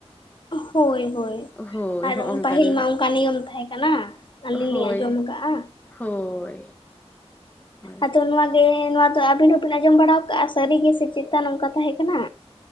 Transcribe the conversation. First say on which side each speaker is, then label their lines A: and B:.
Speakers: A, on the left; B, on the left.
A: ᱦᱳᱭ ᱦᱳᱭ
B: ᱦᱳᱭ
A: ᱟᱨ
B: ᱦᱚᱜᱼᱚᱝᱠᱟᱱ
A: ᱯᱟᱹᱦᱤᱞ ᱢᱟ ᱚᱝᱠᱟ ᱱᱤᱭᱚᱢ ᱛᱟᱦᱮᱸ ᱠᱟᱱᱟ᱾ ᱟᱹᱞᱤᱧ
B: ᱦᱳᱭ
A: ᱞᱤᱧ ᱟᱸᱡᱚᱢ ᱠᱟᱜᱼᱟ᱾
B: ᱦᱳᱭ, ᱦᱳᱭ
A: ᱟᱫᱚ ᱱᱚᱣᱟ ᱮᱸᱻ ᱱᱚᱣᱟ ᱫᱚ ᱟᱹᱵᱤᱱ ᱦᱚᱸᱵᱤᱱ ᱟᱸᱡᱚᱢ ᱵᱟᱲᱟᱣ ᱠᱟᱜᱼᱟ ᱥᱟᱨᱤ ᱜᱮ ᱥᱮ ᱪᱮᱛᱟ ᱱᱚᱝ ᱠᱟ ᱛᱟᱦᱮᱸ ᱠᱟᱱᱟ?